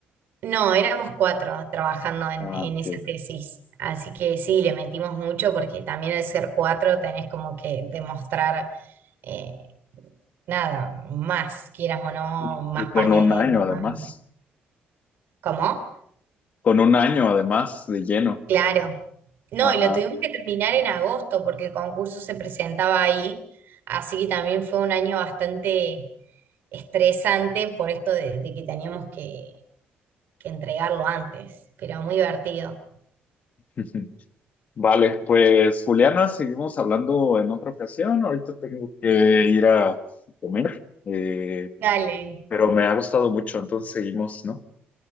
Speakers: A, on the right; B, on the left.
A: No, éramos cuatro trabajando en,
B: Ah,
A: en
B: ok.
A: esa tesis, así que sí, le metimos mucho porque también al ser cuatro tenés como que demostrar eh, nada, más, quieras o no,
B: Y,
A: más
B: y con
A: paneles,
B: un año
A: más...
B: además,
A: ¿Cómo?
B: con un año además de lleno.
A: Claro. No,
B: Ajá.
A: y lo tuvimos que terminar en agosto porque el concurso se presentaba ahí, así que también fue un año bastante estresante por esto de, de que teníamos que, que entregarlo antes, pero muy divertido.
B: <laughs> Vale, pues Juliana, seguimos hablando en otra ocasión. Ahorita tengo que ir a comer, eh,
A: Dale,
B: pero me ha gustado mucho, entonces seguimos, ¿no?